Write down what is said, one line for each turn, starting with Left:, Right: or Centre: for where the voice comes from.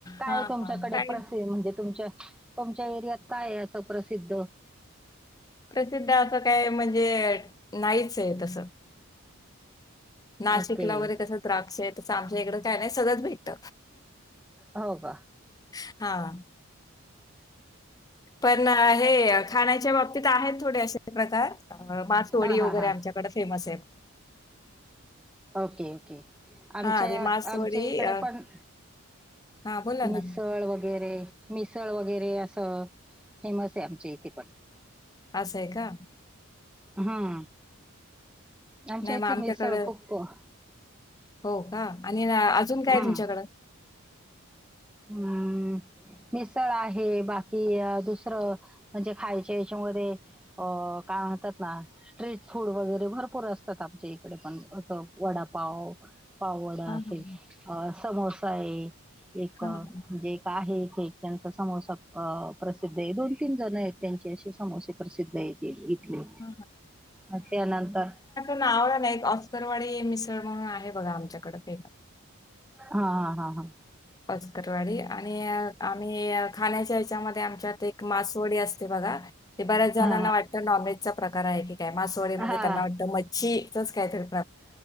Centre: काय
Left: हा
Centre: तुमच्याकडे
Left: हा काय
Centre: प्रश् म्हणजे तुमच्या तुमच्या एरियात काय असं प्रसिद्ध
Left: प्रसिद्ध असं काय म्हणजे नाईच आहे तसं. नाशिकला
Centre: ओके
Left: वगैरे कसं द्राक्ष तसं आमच्या इकडं काय नाही सगळंच भेट.
Centre: हो का
Left: हा पण हे खाण्याच्या बाबतीत आहेत थोडे असे प्रकार अ मासवडी
Centre: हा
Left: वगैरे
Centre: हा हा
Left: आमच्याकडे फेमस आहे
Centre: ओके ओके आमच्या
Left: हां, ते मासवडी
Centre: आमच्या इकडे
Left: अ,
Centre: पण
Left: हां, बोला
Centre: मिसळ
Left: ना.
Centre: वगैरे मिसळ वगैरे असं फेमस आहे आमचे इथे पण
Left: असं आहे का
Centre: हम्म आमच्या
Left: नाही
Centre: इथली
Left: मग आमच्याकडं
Centre: मिरसळ खप्पो
Left: हो का आणि अजून
Centre: हम्म
Left: काय तुमच्याकडे
Centre: हम्म मिसळ आहे बाकी दुसरं म्हणजे खायचे याच्यामध्ये अ काय म्हणतात ना ट्ट्रीट फूड वगैरे भरपूर असतात आमच्या इकडे पण अस वडापाव पावडा
Left: हां,
Centre: असे
Left: हां,
Centre: समोसा आहे एक
Left: हां,
Centre: म्हणजे
Left: हां,
Centre: आहेथ एक त्यांचा समोसा अ प्रसिद्ध आहे दोन तीन जण आहेत त्यांचे असे समोसे प्रसिद्ध आहेत. इथली
Left: हां,
Centre: त्यानंतर
Left: नावला नाही एक ऑस्करवाडी मिसळ म्हणून आहे बघा आमच्याकडे फेक
Centre: हा हा हा हा
Left: पस्तरवाडी आणि आम्ही खाण्याच्या याच्यामध्ये आमच्यात एक मासवडी असते बघा. ते बऱ्याच जणांना
Centre: हा
Left: वाटतं नॉनव्हेजचा प्रकार आहे की काय मासवाडी म्हणजे
Centre: हा हा
Left: त्यांना वाटतं मच्छीचच काय तर